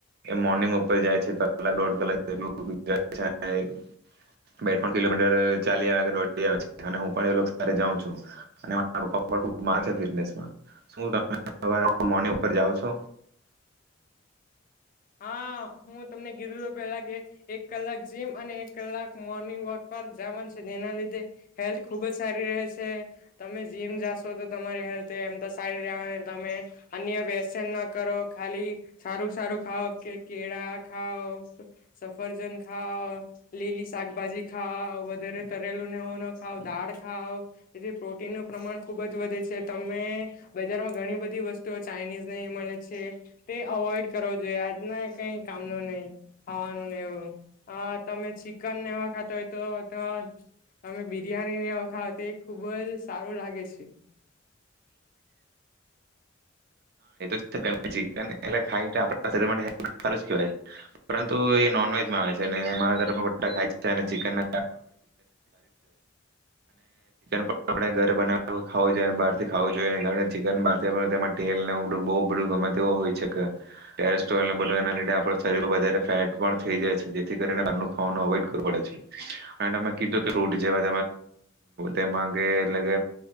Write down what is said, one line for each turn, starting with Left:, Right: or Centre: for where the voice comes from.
Right: મોર્નિંગ વોક પર જાય છે કલાક દોઢ કલાક જેવું જાય. કિલોમીટર ચાલીયા કે જોડીયા ચીઠાને હું પણ એ લોકો સાથે જાઉં છું, <unintelligible> શું તમે સવારે મોર્નિંગ ઉપર જાવ છો?
Left: હા હું તમને ગીરું ર પેલા કે એક કલાક જીમ અને એક કલાક મોર્નિંગ વોક પર જાવાન છે, જેના લીધે હેલ્થ ખુબ જ સારી રહે છે, તમે જીમ જાશો, તો તમારી હેલ્થ એમ તો સારી <unintelligible> તમે અન્ય વ્યસન ન કરો ખાલી સારું સારું ખાઓ કે કેળા ખાઓ સ સફરજન ખાઓ, લીલી શાકભાજી ખાઓ, વધારે તરેલું ને એવુ ન ખાવ, દાળ ખાવ, જેથી પ્રોટીનનું પ્રમાણ ખુબ જ વધે છે, તમે બજારમાં ઘણી બધી વસ્તુઓ ચાઇનીઝ ને એ મળે છે, તે અવોઈડ કરો જો આજના કંઈ કામનો નઈ, ખાવાનું નઈ એવું, આ તમે ચિકન ને એવા ખાતા હોય તો ત અમે બિરિયાની ને એવા ખાવ તે ખુબ જ સારું લાગે છે.
Right: <unintelligible> ચીકન એટલે ખાય તો આપણા શરીર <unintelligible> સારું જ કેવાય, પરંતુ એ નોનવેજમાં આવે છે અને મારા ઘરે પણ બઢા ખાય <unintelligible> છે. અને ચિકન <unintelligible> પણ <unintelligible> આપડે ઘરે બનાવવા હોવુ જોઈએ ને બહારથી ખાવું જોઈએ કારણ ચીકન બાર તેલ ને એવું ટો બો બઢુ ગમે તેવુ હોય છે કે ટેરે તો એના બઢાને લીધે આપણાં શરીરમાં વધારે ફેટ પણ થેઈ જાય છે, જેથી કરીને આટલું ખાવાનું અવોઈડ કરવું પડે છે અને તમે કીધું કે ફૂટ જેવા તેમાં કે એટલે કે